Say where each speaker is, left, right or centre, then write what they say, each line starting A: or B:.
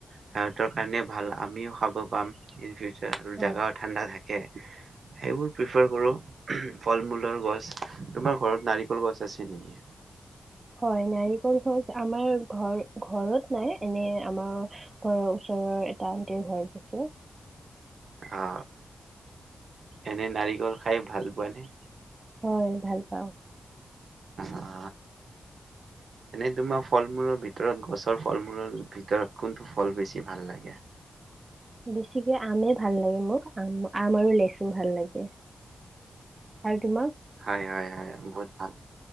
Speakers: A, on the right (about 70°); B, on the right (about 30°).
A: সিহতৰ কাৰণে ভাল আমিও খাব পাম ইন ফিউচাৰ। আৰু
B: হয়
A: জাগাও ঠাণ্ডা থাকে সেইবোৰ প্ৰিফাৰ কৰো ফল মূলৰ গছ তোমাৰ ঘৰত নাৰিকল গছ আছে নেকি।
B: হয় নাৰিকল গছ আমাৰ ঘৰ ঘৰত নাই এনে আমাৰ ঘৰৰ ওচৰৰ এটা আনটিৰ ঘৰত আছে
A: অ এনে নাৰিকল খাই ভাল পোৱা নে
B: হয় ভাল পাওঁ
A: অ এনেই তোমাৰ ফল মূলৰ ভিতৰত গছৰ ফল মূলৰ ভিতৰত কোনটো ফল বেছি ভাল লাগে।
B: বেছিকে আমে ভাল লাগে মোক আম আম আৰু লেচু ভাল লাগে আৰু তোমাক
A: হয় হয় হয় বহুত ভাল